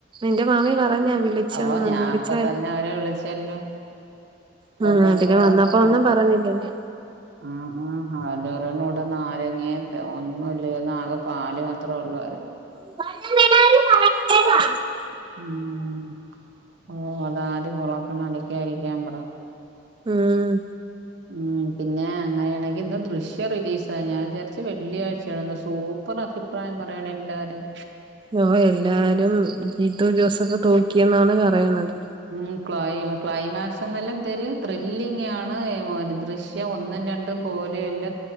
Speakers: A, on the right (about 25°); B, on the right (about 65°).
A: നിന്റെ മാമി പറഞ്ഞാ വിളിച്ചെന്ന്
B: ഓഹ് ഞാ
A: വിളിച്ചാ
B: അപ്പത്തന്നെ അവരെ വിളിച്ചല്ലോ ഇപ്പ
A: ആഹ് ഇങ്ങാട്ടക്ക്
B: തന്നെ
A: വന്നപ്പോ
B: പറഞ്ഞു
A: ഒന്നും പറഞ്ഞില്ല അല്ലേ?
B: ആഹ് ആഹാ ആലു ന്നൂടെ നാരങ്ങേം ഒന്നുംല്ലേന്നു ആകെ പാല് മാത്രേ ഒള്ളായിരുന്നു
A: ല്ല <unintelligible>
B: ഉം ഓഹ് ആഹ് നാല് പൊളോക്ക ന്നാ അടിക്കാതിരിക്കാൻ പറ
A: ആഹ്
B: ഉം പിന്നെ അങ്ങനെയാണെങ്കി ഇന്ന് ദൃശ്യം റിലീസായി ഞൻ വിചാരിച്ച് വെള്ളിയാഴ്ച്ചയാണെന്ന് സൂപ്പ ർ അഭിപ്രായം പറയ്ണെല്ലാരും
A: ഓഹ് എല്ലാരും ജീത്തു ജോസഫ് തൂക്കിയെന്നാണ് പറയുന്നത്
B: ഉം ക്ലൈ ക്ലൈമാക്സ് എന്നല്ലാം എന്തെര് ത്രില്ലിംഗാണ് ദൃശ്യ ദൃശ്യം ഒന്നും രണ്ടും പോലെയല്ല